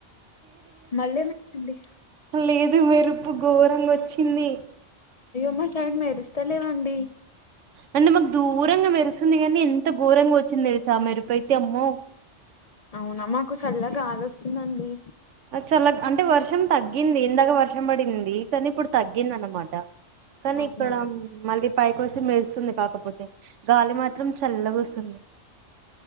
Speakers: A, on the left; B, on the right.
A: మళ్ళ ఏమైందండీ.
B: లేదు మెరుపు ఘోరంగ వచ్చింది.
A: అయ్యో మా సైడ్ మెరుస్తాలేవండి.
B: అంటే మాకు దూరంగా మెరుస్తుంది కానీ ఎంత ఘోరంగా వచ్చింది తెలుసా మెరుపైతె అమ్మో
A: అవునా మాకు సల్లాగలి వస్తుందండి
B: చల్ల అంటే వర్షం తగ్గింది ఇందాక వర్షం పడింది కానీ ఇప్పుడు తగ్గింది అన్నమాట. కానీ
A: అవునా
B: ఇక్కడ మళ్ళీ పయ.. కోసి మెరుస్తుంది కాకపోతే గాలి మాత్రం చల్లగా వస్తుంది.